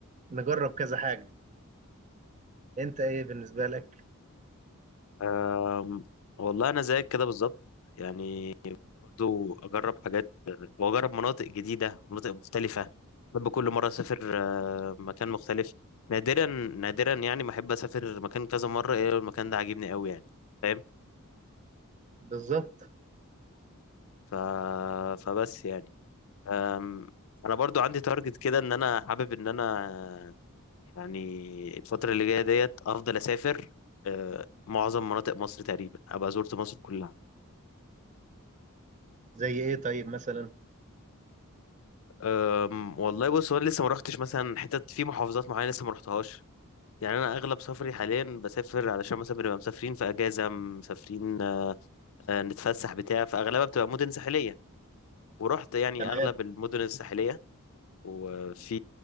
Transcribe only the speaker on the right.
نجرب كذا حاجه انت ايه بالنسبه لك
بالظبط
زي ايه طيب مثلا
تمام